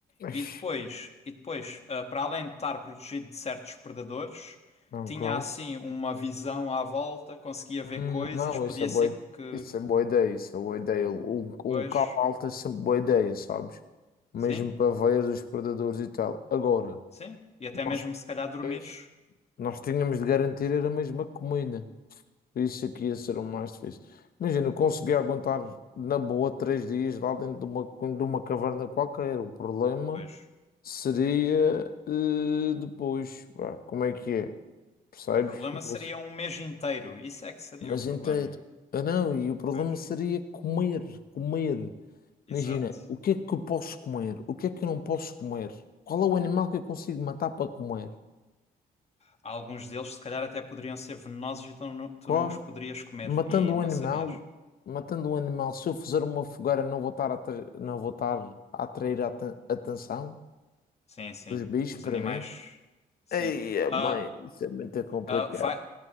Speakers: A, on the left; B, on the left.
A: Ixi,
B: E depois, e depois, ah, para além de estar protegido de certos predadores,
A: Ok.
B: tinha assim uma visão à volta, conseguia ver
A: Hum,
B: coisas,
A: Não,
B: podia
A: isso é boa,
B: ser
A: ide-
B: que,
A: isso é boa ideia, isso é boa ideia. Um, um
B: pois,
A: local alto é sempre boa ideia, sabes? Mesmo
B: sim,
A: para ver os predadores e tal. Agora,
B: sim, e até
A: nós,
B: mesmo se calhar dormires.
A: dois, nós tínhamos de garantir era a mesma comida. Isso aqui ia ser o mais difícil. Imagina, eu consegui aguentar na boa três dias lá dentro de uma, de uma caverna qualquer. O problema.
B: Pois,
A: seria eh, depois, pá, como é que é? Percebes?
B: o problema
A: Você-
B: seria um mês inteiro, isso é que seria
A: Mas
B: o problema.
A: inteiro. Ah, não, e o problema
B: Pois,
A: seria comer, comer.
B: exato.
A: Imagina, o que é que eu posso comer? O que é que eu não posso comer? Qual é o animal que eu consigo matar para comer?
B: Alguns deles, se calhar, até poderiam ser venenosos e tu não, tu
A: Claro.
B: não os poderias comer
A: Matando
B: e
A: um
B: não
A: animal,
B: sabias.
A: matando um animal, se eu fizer uma fogueira, não vou estar a, atra- não vou estar a atrair a aten- atenção
B: Sim, sim.
A: dos bichos
B: Os
A: para
B: animais.
A: mim?
B: Sim.
A: Ei,
B: Ah,
A: mãe, isso é muito complicado.
B: ah, vai,